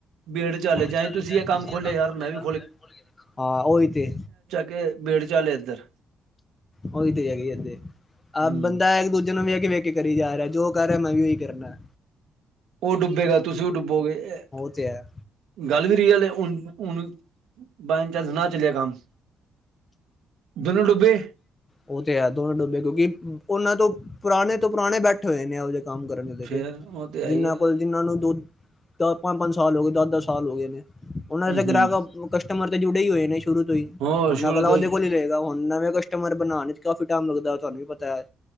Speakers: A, on the right (about 85°); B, on the left (about 25°).
A: ਬੇੜ ਚਾਲ ਹੈ ਜਾਂ
B: ਚਾਲਜਾਏ ਤੁਸੀਂ ਇਹ ਕੰਮ
A: ਯਾਰ
B: ਖੋਲਿਆ
A: ਵੀ
B: ਮੈਂ ਵੀੋ ਖੋਲ ਲੀਆਦੇਖੋ ਹਾਂ ਉਹੀ ਤੇ
A: ਗੇ ਬੇੜ ਚਾਲੇ ਏ ਇੱਧਰ
B: ਉਹੀ ਤੇ ਹੈਗੀ ਏ ਇਥੇ ਏ
A: ਹਮ
B: ਬੰਦਾ ਇੱਕ ਦੂਜੇ ਨੂੰ ਵੀ ਕੇ ਵੇਖ ਕੇ ਕਰੀ ਜਾ ਰਿਹਾ ਜੋ ਕਰ ਰਿਹਾ ਮੈਂ ਵੀ ਓਹੀ ਕਰਨਆ
A: ਉਹ ਡੁੱਬੇਗਾੱਲ ਤੁਸੀਂ ਉਹ ਡੁੱਬੋਗੇ ਇਹ
B: ਇਹ ਤੇ ਹੈ
A: ਗੱਲ ਵੀ ਰਹੀ ਅਲੇ ਹੁ ਹੁਣ ਬ ਚਾਂਸ ਨਾ ਚੱਲਿਆ ਕੰਮ ਦੋਨੋ ਡੁੱਬੇ
B: ਉਹ ਤੇ ਹੈ ਦੋਨ ਡੁੱਬੇ ਕਿਉਂਕਿ ਉਹਨਾਂ ਤੋਂ ਪੁਰਾਣੇ ਤੋਂ ਪੁਰਾਣੇ ਬੈਠੇ ਹੋਏ ਨੇ ਇਹੋ ਜਿਹੇ ਕੰਮ ਕਰਨ ਦੇ
A: ਫੇਰ ਉਹ ਤੇ ਹੈ
B: ਜਿੰਨਾ
A: ਹੀ ਹੈ
B: ਕੋਲ ਜਿਨਾਂ ਨੂੰ ਦੋ ਦ ਪੰਜ ਪੰਜ ਸਾਲ ਹੋ ਗਏ ਦਸ ਦਸ ਸਾਲ ਹੋ ਗਏ ਨੇ ਉਹਨਾਂ
A: ਹਮ
B: ਦੇ
A: ਹਮ
B: ਗ੍ਰਾਹਕ ਕਸਟਮਰ ਤੇ ਜੁੜੇ ਹੀ ਹੋਏ ਨੇ ਸ਼ੁਰੂ ਤੋਂ ਹੀ
A: ਹੋਰ
B: ਹੁਣ
A: ਸ਼ੁਰੂ
B: ਅਗਲਾ
A: ਤੋਂ
B: ਉਹਦੇ ਕੋਲ ਹੀ ਰਹੇਗਾ ਹੁ ਨਵੇਂ ਕਸਟਮਰ ਬਣਾਉਣ ਚ ਕਾਫੀ ਟਾਈਮ ਲੱਗਦਾ ਤੁਹਾਨੂੰ ਵੀ ਪਤਾ ਹੈ